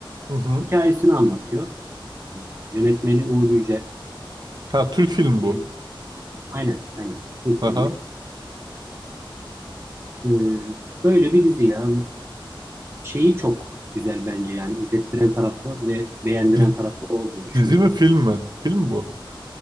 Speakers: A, on the right; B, on the right.
A: Hı hı.
B: Hikayesini anlatıyor. Ee, yönetmeni Uğur Yücel.
A: Ha Türk filmi bu.
B: Benim, aynen, aynen. Türk
A: Aha.
B: filmi. Ee, böyle bir dizi ya. Şeyi çok güzel bence yani izlettiren tarafı ve beğendiren
A: Diz-
B: tarafı olduğunu düşünüyorum.
A: Dizi mi film mi? Film mi bu?